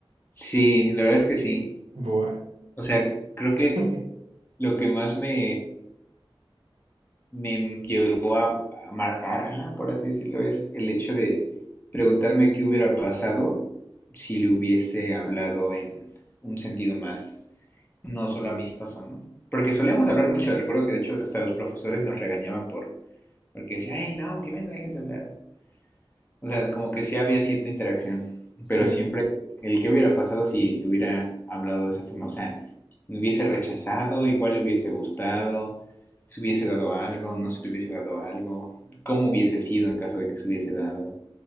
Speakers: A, on the left; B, on the right.
A: Sí, la verdad es que sí.
B: Boa.
A: O sea, creo
B: <laughs>
A: que Lo que más me, me llegó a, a marcar, ajá, por así decirlo, es el hecho de preguntarme qué hubiera pasado si le hubiese hablado en un sentido más, no solo amistoso, ¿no? Porque solíamos hablar mucho, recuerdo que de hecho hasta los profesores nos regañaban por, porque decían, ay, no, que me dejen de hablar. ¿no? O sea, como que sí había cierta interacción,
B: Sí.
A: pero siempre el que hubiera pasado si le hubiera hablado de esa forma, o sea, me hubiese rechazado, igual le hubiese gustado, se hubiese dado algo, no se hubiese dado algo, cómo hubiese sido en caso de que se hubiese dado,